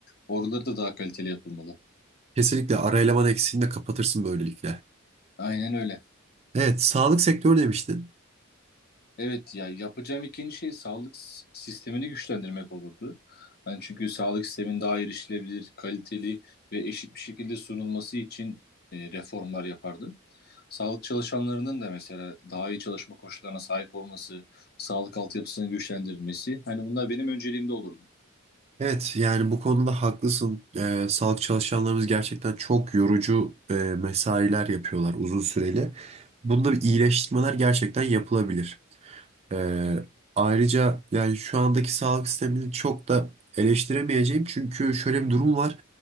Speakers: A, on the left (about 50°); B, on the right (about 30°).
A: Oraları da daha kaliteli yapılmalı.
B: Kesinlikle ara eleman eksiğini de kapatırsın böylelikle.
A: Aynen öyle.
B: Evet, sağlık sektörü demiştin.
A: Evet ya yapacağım ikinci şey sağlık s- sistemini güçlendirmek olurdu. Yani çünkü sağlık sistemin daha erişilebilir, kaliteli ve eşit bir şekilde sunulması için e, reformlar yapardım. Sağlık çalışanlarının da mesela daha iyi çalışma koşullarına sahip olması, sağlık altyapısını güçlendirilmesi hani bunlar benim önceliğimde olurdu.
B: Evet yani bu konuda haklısın. Ee, sağlık çalışanlarımız gerçekten çok yorucu e, mesailer yapıyorlar uzun süreli. Bunda
A: Hı
B: bir
A: hı.
B: iyileştirmeler gerçekten yapılabilir. Ee,
A: Evet,
B: ayrıca yani şu andaki sağlık sistemini çok da eleştiremeyeceğim. Çünkü şöyle bir durum var.